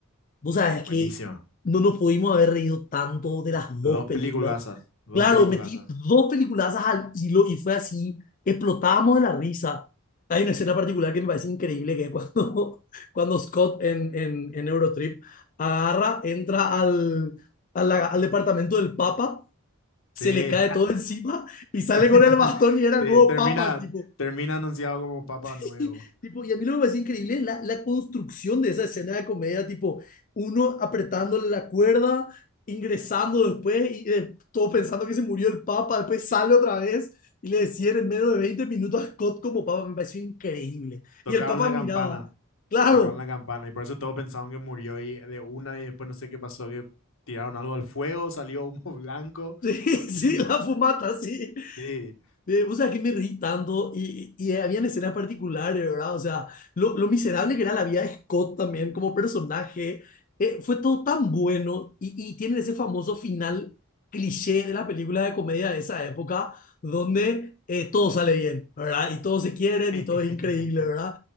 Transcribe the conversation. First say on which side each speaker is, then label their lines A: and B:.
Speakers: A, on the left; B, on the left.
A: Vos sabés que
B: Buenísima.
A: no nos pudimos haber reído tanto de las dos
B: Dos
A: películas.
B: peliculazas, dos
A: Claro,
B: peliculazas.
A: metí dos peliculazas al hilo y fue así, explotábamos de la risa. Hay una escena particular que me parece increíble, que es cuando, <laughs> cuando Scott en, en, en Eurotrip agarra, entra al, a la- al departamento del Papa
B: Sí.
A: se le cae todo encima y sale
B: <laughs>
A: con el bastón y era
B: Sí,
A: el nuevo
B: termina,
A: papa el tipo.
B: termina anunciado como Papa
A: <laughs>
B: Nuevo.
A: tipo y a mí lo que me parece increíble es la, la construcción de esa escena de comedia, tipo uno apretándole la cuerda, ingresando después y eh, todo pensando que se murió el papa, después sale otra vez y le decían en menos de 20 minutos a Scott como papa, me pareció increíble.
B: Tocaron
A: Y el papa
B: la
A: miraba,
B: campana,
A: claro,
B: tocaron la campana y por eso todos pensaban que murió y de una y después no sé qué pasó, que tiraron algo al fuego, salió humo <laughs> blanco
A: <laughs> sí, sí,
B: y
A: la fumata, sí.
B: sí.
A: Eh, vos sabés que me reí tanto y, y habían escenas particulares, ¿verdad? O sea, lo, lo miserable que era la vida de Scott también como personaje, eh, fue todo tan bueno y, y tienen ese famoso final cliché de la película de comedia de esa época, donde eh, todo sale bien, ¿verdad? Y todos se quieren
B: <laughs>
A: y todo es increíble, ¿verdad?